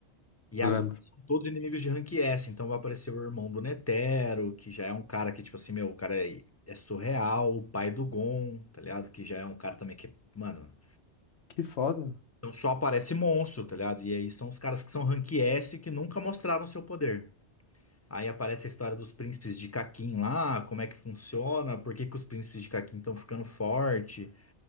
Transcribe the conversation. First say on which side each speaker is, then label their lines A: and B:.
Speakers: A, on the left; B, on the left.
A: E agora
B: Eu lembro.
A: são todos inimigos de rank S, então vai aparecer o irmão do Netero, que já é um cara que, tipo assim, meu, o cara é, é surreal, o pai do Gon, tá ligado? Que já é um cara também que, mano.
B: Que foda.
A: Então só aparece monstro, tá ligado? E aí são os caras que são rank S que nunca mostraram seu poder. Aí aparece a história dos príncipes de Kakin lá, como é que funciona, por que que os príncipes de Kakin estão ficando forte,